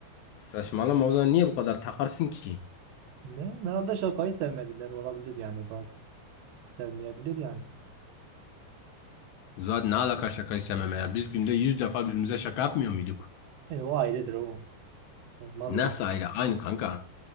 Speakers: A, on the left; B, on the right.
A: Saçmalama o zaman niye bu kadar takarsın ki?
B: Ne? Herhalde şakayı sevmediler olabilir yani bazı sevmeyebilir yani.
A: Zaten ne alaka şaka istememe ya? Biz günde yüz defa birbirimize şaka yapmıyor muyduk?
B: E, o ayrıdır o. Normaldir.
A: Nasıl ayrı? Aynı kanka.